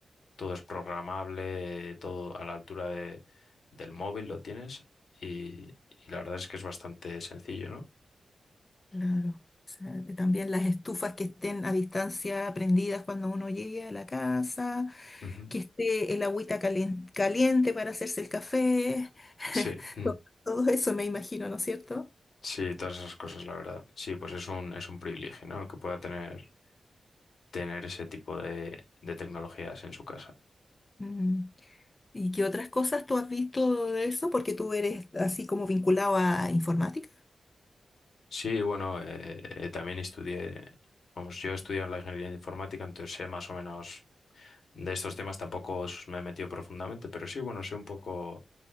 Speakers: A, on the left (about 65°); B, on the left (about 25°).
A: todo es programable, todo a la altura de, del móvil lo tienes y, y la verdad es que es bastante sencillo, ¿no?
B: Claro. O sea, eh, también las estufas que estén a distancia prendidas cuando uno llegue a la casa,
A: Ujú.
B: que esté el agüita calen- caliente para hacerse el café, <laughs>
A: Sí, mm,
B: to- todo eso me imagino, ¿no es cierto?
A: sí, todas esas cosas, la verdad. Sí, pues es un, es un privilegio, ¿no? El que pueda tener, tener ese tipo de, de tecnologías en su casa.
B: Mm. ¿Y qué otras cosas tú has visto de eso? Porque tú eres así como vinculado a informática.
A: Sí, bueno, eh, eh, también estudié, vamos, yo he estudiado la ingeniería informática, entonces sé más o menos de estos temas, tampoco s- me he metido profundamente, pero sí, bueno, sé un poco